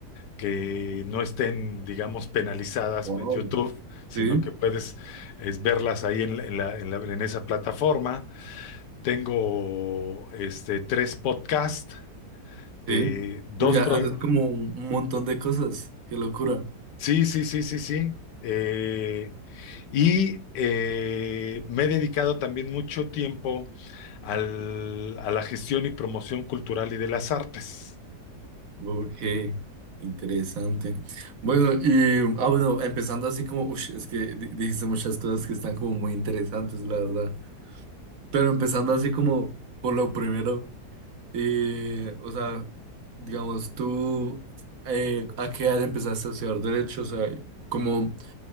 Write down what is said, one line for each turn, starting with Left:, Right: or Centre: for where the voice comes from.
Left: que no estén, digamos, penalizadas
Right: wow.
Left: en YouTube, sino
Right: Sí,
Left: que puedes es, verlas ahí en la- en la- en la- en esa plataforma. Tengo este, tres podcasts de
Right: sí.
Left: dos
Right: Uy, ya
Left: pro-
Right: haces como un, un montón de cosas, qué locura.
Left: Sí, sí, sí, sí, sí. Eh, y eh, me he dedicado también mucho tiempo al- a la gestión y promoción cultural y de las artes.
Right: Ok, interesante. Bueno, y, ah, bueno, empezando así como, ush, es que di- dijiste muchas cosas que están como muy interesantes, la verdad. Pero empezando así como por lo primero, eh, o sea, digamos, tú, eh, ¿a qué edad empezaste a estudiar derecho? O sea, como,